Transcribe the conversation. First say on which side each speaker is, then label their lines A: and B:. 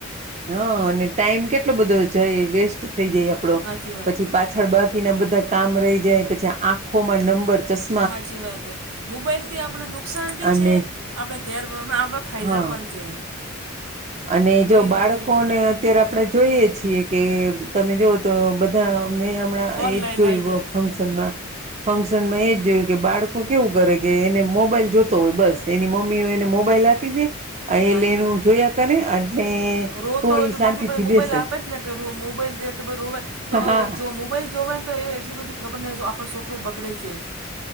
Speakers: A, on the right; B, on the right.
A: હા અને ટાઈમ કેટલો બધો જય, વેસ્ટ થઈ જાય. આપડો
B: સાચી વાત
A: પછી
B: હે
A: પાછ બાકીના બધા કામ રહી જાય, પછી આંખોમાં નંબર ચસ્
B: હાચી વાત હે. મોબાઈલથી આપણે નુકસાન બી
A: અને
B: છે. આપડે ગેર આપણા ફાયદા
A: હા
B: પણ છે.
A: અને જો
B: બેય
A: બાળકોને
B: વસ્તુ છે
A: અત્યારે આપણે જોઈએ છીએ કે તમે જુઓ તો બધા મેં હમણાં
B: ઓનલાઈન
A: એજ જોય
B: આવી જાય
A: ફંક્શનમાં. ફંક્શનમાં એજ જોયું કે બાળકો કેવું કરે કે એને મોબાઈલ જોતો હોય બસ એની મમ્મીઓ એને મોબાઈલ આપે દે
B: સાચી
A: એલે એ
B: વાત
A: જોયા કરે એટલે
B: રોતો
A: તો
B: હોય
A: એ
B: મમ્મી
A: શાંતિથી
B: બધા મોબાઈલ
A: બેસે.
B: આપે જ ને કે રો મોબાઈલ દે તો એ રોવે તો
A: હા
B: જો મોબાઈલ જોવાય તો એ એટલી બધી ખબર ને તો આપણા છોકરો બગડે છે.